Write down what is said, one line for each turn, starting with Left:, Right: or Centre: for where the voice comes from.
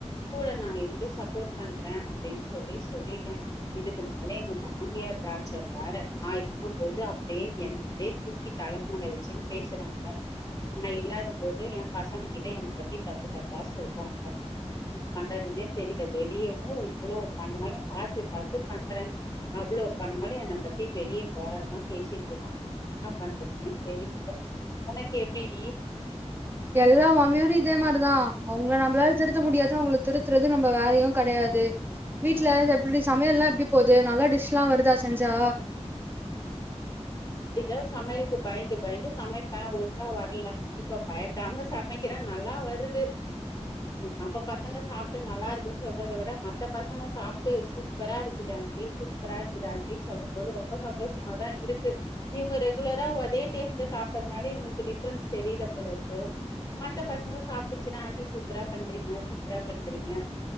Left: கூட நான் இருந்து சப்போர்ட் பண்றேன் அப்படின்னு சொல்லி சொல்லிட்டேன் இதுக்கு மேல எங்க மாமியார் டார்ச்சர் வேற நான் இருக்கும் போது அப்படியே என் அப்படியே தூக்கி தலமேல வச்சுன்னு பேசுறாங்க நாங்க இல்லாத போது என் பசங்க கிட்ட என்னை பத்தி தப்பு தப்பா சொல்றாங்க என்ன பண்றதுமே தெரியல வெளியவும் இவ்வளவு பண்ணாலும் பாத்துு பாத்துு பண்றே அவ்வளவு பண்ணாலும் என் பத்தி வெளியே கொரதான் பேசின்ட் இருக்காங்க என்ன பண்றதுன்னே தெரியல உனக்கு எப்படிடி
Right: எல்லா மாமியாரும் இதே மாதிரிதான் அவங்கள நம்மளால திருத்த முடியாதது அவங்களுக்கு திருத்துறது நம்ம வேலயும் க கடையாது வீட்ல எப்படி சமையம் எல்லாம் எப்படி போது நல்லா டிஷ் எல்லாம் வருதா செஞ்சா
Left: அடிதான் சமையலுக்கு பயந்து பயந்து சமை பன் ஒழுங்கா வரல இப்ப பயப்படாம சமைக்க நல்லா வருது நம்ம பசங்க சாப்ட்டு நல்லா இருக்கு சொல்லறத விட மத்த பசங்க சாப்ட்டு சூப்பரா இருக்குது ஆண்டி சூப்பரா இருக்குது ஆண்டினு சொல்லும் போது ரொம்ப சந்தோஷமா தான் இருக்கு இவங்க ரெகுலரா அதே டேஸ்ட்ல சாப்பறதுனால இவங்களுக்கு டிஃப்ரென்ஸ் தெரியல போல இருக்கு மத்த பசங்க சாப்ட்டுச்சுன்னா ஆண்டி சூப்பரா பண்றீங்க சூப்பரா பண்றீங்க